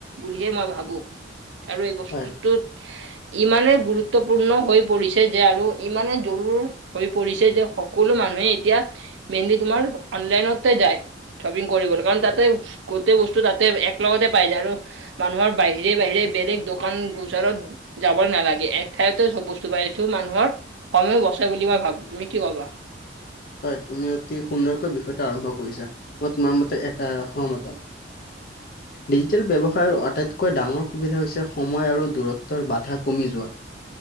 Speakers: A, on the right; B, on the left.
A: বুলিহে মই ভাবোঁ। আৰু এই বস্তুটোত
B: হয়,
A: ইমানেই গুৰুত্বপূৰ্ণ হৈ পৰিছে যে আৰু ইমানে জৰুৰ হৈ পৰিছে যে সকলো মানুহে এতিয়া মেইনলি তোমাৰ অনলাইনতে যায়। শ্বপিং কৰিবলৈ, কাৰণ তাতে গোটেই বস্তু তাতে একলগতে পাই যায়, আৰু মানুহৰ বাহিৰে, বাহিৰে বেলেগ দোকান গোচৰত যাব নালাগে এক ঠাইতে চব বস্তু পায়, এইটো মানুহৰ সময়ো বচে বুলি মই ভাবোঁ, তুমি কি ভাবা?
B: হয়, তুমি অতি সুন্দৰকৈ বিষয়টো আৰম্ভ কৰিছা, মই তোমাৰ মতে এ সহমত।
A: <inaudible>
B: ডিজিটেল ব্যৱসায়ৰ আটাইতকৈ ডাঙৰ সুবিধা হৈছে সময় আৰু দূৰত্বৰ বাধা কমি যোৱা।